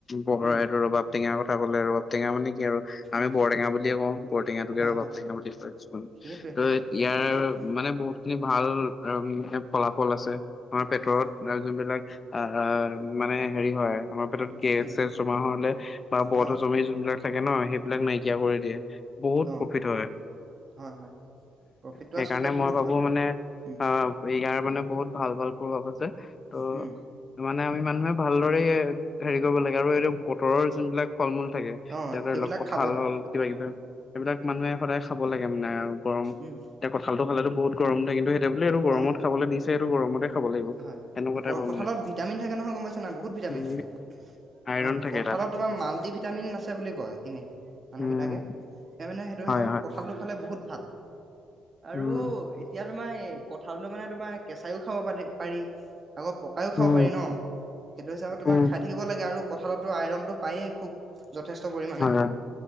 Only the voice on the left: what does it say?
বগা
এইটো ৰবাব টেঙাৰ কথা ক'লে ৰবাব টেঙা মানে কি আৰু আমি
বৰটেঙা বুলিয়ে কওঁ বৰটেঙাতোকে
আৰু ৰবাবটেঙা
বুলি কয় কিছুমান
ইয়াৰ
মানে বহুতখিনি ভাল ফলাফল আছে আমাৰ পেটত
যোনবিলাক আ মানে হেৰি হয়। আমাৰ পেটত গেছ
চেছ জমা হলে বা বধজমি
যোনবিলাক থাকে ন সেই বিলাক নাইকিয়া কৰি দিয়ে বহুত
প্ৰফিত হয়।
সেইকাৰণে
মই
ভাবো
মানে
আহ ইয়াৰ মানে বহুত ভাল ভাল প্ৰভাৱ আছে। ত'
মানে আমি মানুহে ভালদৰে এই হেৰি কৰিব লাগে আৰু এইটো বতৰৰ যোনবিলাক ফল মূল থাকে।
তেহেতৰ
ভাল
হ'ল কিবা কিবি এইবিলাক মানুহে সদায় খাব লাগে মানে আৰু গৰম
এতিয়া কঁঠালটো খালেতু বহুত গৰম উঠে, কিন্তু সেই বোলে গৰম
খাব দিছে আৰু গৰমতে খাব লাগিব
তেনেকুৱা টাইপৰ
মানে
উম,
আইৰন
থাকে
তাত
উম
হয়
হয়
উম
উম
উম
হয় হয়